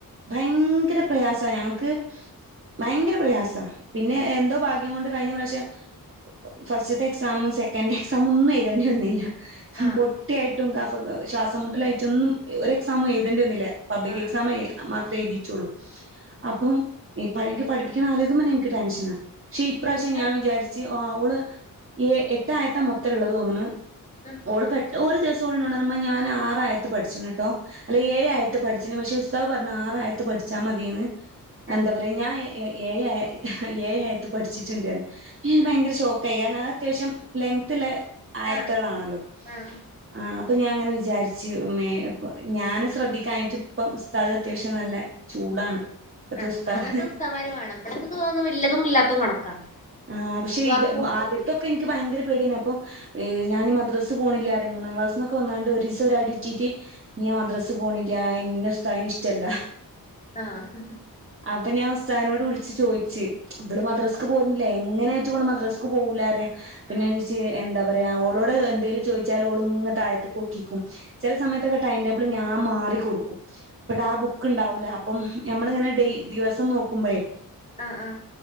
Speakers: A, on the right; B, on the left.
A: ഭയങ്കര പ്രയാസാ ഞങ്ങക്ക് ഭയങ്കര പ്രയാസ് പിന്നെ എന്തോ ഭാഗ്യം കൊണ്ട് കഴിഞ്ഞ പ്രാശ്യ ഫസ്റ്റത്തെ എക്സാമ് സെക്കൻ്റെക്സാമൊന്നും എഴുതേണ്ടി വന്നീല്ല ഹും
B: ആഹ്
A: പൊട്ടിയായിട്ടും കഫക്കെ ശ്വാസം മുട്ടലായിട്ടൊന്നും ഇ ഒരെക്സാമും എഴുതേണ്ടി വന്നില്ല പബ്ലിക്കെക്സാമേ
B: ആഹ്
A: മാത്രേ എഴുതീറ്റുള്ളൂ അപ്പം എ പ എൻക്ക് പഠിപ്പിക്കാനാലോചി ക്കുമ്പന്നെ എനിക്ക് ടെൻഷനാ ക്ഷെ ഇപ്രാശ്യം
B: കയ്യിലാറെ
A: ഞാൻ വിചാരി ച്ച് ആഹ് ഓള് ഏ എട്ടായത്താ മൊത്ത്ള്ളത് തോന്ന്ണ്
B: ആഹ്
A: ഓള്ക്കെട്ട് ഓര് ദിവസോളെന്നോട് പറഞ്ഞ് ഉമ്മാ ഞാന് ആറായത്ത് പഠിച്ച്ണ് ട്ടോ അല്ല ഏഴായത്ത് പഠിച്ച്ണ് പക്ഷെ ഉസ് താദ് പറഞ്ഞ് ആറായത്ത് പഠിച്ചാ മതീന്ന്
B: ആഹ്
A: എന്താ പറയാ ഞാ ഏ ഏ ഏഴായ എ ഇഹ ഏഴായത്ത് പഠിച്ചിട്ടുണ്ടാന്നു ഞാൻ
B: ആഹ്
A: ഭയങ്കര ഷോക്കായി കാരണം അതത്യാവശ്യം ലെങ്ന്തുള്ള ആയത്ത്കളാണല്ലോ
B: ആഹ് ആഹ്
A: ആഹ് അപ്പൊ ഞാൻങ്ങനെ വിചാരിച്ച് മേ ഇപ്പൊ ഞാന് ശ്രദ്ധിക്കാഞ്ഞിട്ട് ഇപ്പ ഉസ്താദ് അത്യാവശ്യം നല്ല ചൂടാണ് ഇപ്പത്തെ
B: ആഹ്
A: ഉസ്താദ്
B: ആ അങ്ങനത്തെ ഉസ്താദ്മാര് വേണം ഇവിടത്തത് ഓന്ന് ഇല്ലതും ഇല്ലാത്തതും കണക്കാണ്
A: ആഹ് പക്ഷെ
B: ഒരു വർക്കും
A: ഇവ
B: കൂടി
A: ആദ്യത്തൊക്കെ
B: കൊടുക്കൂല
A: ഇനിക്ക് ഭയങ്കര പേടിയാണ് അപ്പൊ ഏഹ് ഞാന് മദ്രസ്സ പോണില്ലാ അറയും മൂന്നാം ക്ലാസ്സ്ന്നൊക്കെ വന്നാണ്ട് ഒരീസൊരടിറ്റീറ്റ് ഇനിയാൻ മദ്രസ പോണില്ല ഇന്ന ഉസ്താദിന് ഇഷ്ടല്ല
B: ആഹ്
A: അപ്പ ഞാൻ ഉസ്താദിനോട് വിളിച്ച് ചോയിച്ച് ഇവള് മദ്രസക്ക് പോരുന്നില്ല എങ്ങനായിട്ടും ഇവള് മദ്രസ് ക്ക് പോവൂലാ പറയ പിന്നെ
B: ആഹ്
A: ദിസ് ചേ എന്താ പറയാ ഓളോട് എന്തേലും ചോയിച്ചാലോള് ഇങ്ങ് താഴത്തൈക്കോക്കിക്കും ചെല സമയത്തൊക്കെ ടൈംടേബിള് ഞാൻ മാറി കൊടുക്കും ഇപ്പട്ട് ആഹ് ബുക്ക്ണ്ടാവൂല അപ്പം ഞമ്മളിങ്ങനെ ഡെയ് ദിവസം നോക്കുമ്പഴേ
B: ആഹ് ആഹ്